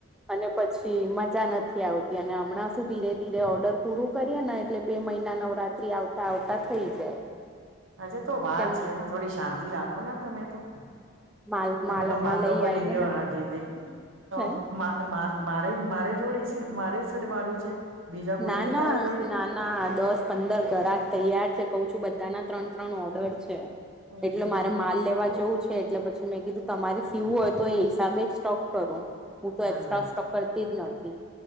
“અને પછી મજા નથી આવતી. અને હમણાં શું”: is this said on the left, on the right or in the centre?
Centre